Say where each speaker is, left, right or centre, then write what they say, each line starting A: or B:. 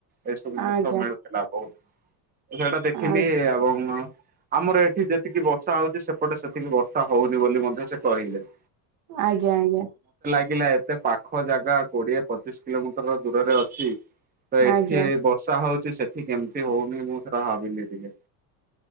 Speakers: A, on the right (about 20°); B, on the right (about 45°).
A: ଏ ସବୁ ଜିନିଷ
B: ଆଜ୍ଞା
A: ମିଳୁଥିଲା ବହୁତ। ସେଇଟା ଦେଖିଲି
B: ଆଜ୍ଞା
A: ଏବଂ ଆମର ଏଠି ଯେତିକି ବର୍ଷା ହଉଛି ସେପଟେ ସେତିକି ବର୍ଷା ହଉନି ବୋଲି ମଧ୍ୟ ସେ କହିଲେ।
B: ଆଜ୍ଞା ଆଜ୍ଞା।
A: ାଗିଲା ଏତେ ପାଖ ଜାଗା କୋଡିଏ ପଚିଶ କିଲୋମିଟର ଦୂରରେ ଅଛି। ତ ଏଠି
B: ଆଜ୍ଞା
A: ବର୍ଷା ହଉଛି ସେଠି କେମିତି ହଉନି ମୁଁ ସେଟା ଭାବିଲି ଟିକେ।